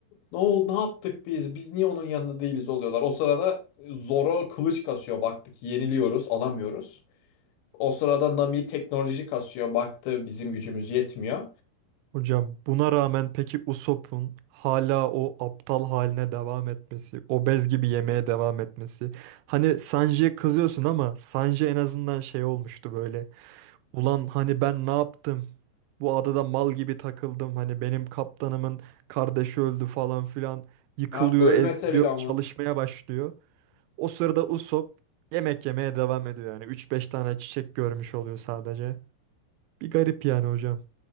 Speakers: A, on the left; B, on the right.
A: Ne oldu, ne yaptık biz? Biz niye onun yanında değiliz oluyorlar. O sırada Zoro kılıç kasıyor. Baktık yeniliyoruz, alamıyoruz. O sırada Nami teknoloji kasıyor. Baktı bizim gücümüz yetmiyor.
B: Hocam buna rağmen peki Usopp'un hala o aptal haline devam etmesi, obez gibi yemeye devam etmesi. Hani Sanji'ye kızıyorsun ama Sanji en azından şey olmuştu böyle. Ulan hani ben ne yaptım? Bu adada mal gibi takıldım. Hani benim kaptanımın kardeşi öldü falan filan. Yıkılıyor,
A: Ya ölmese
B: ediyor,
A: bile ama.
B: çalışmaya başlıyor. O sırada Usopp yemek yemeye devam ediyor yani. üç beş tane çiçek görmüş oluyor sadece. Bir garip yani hocam.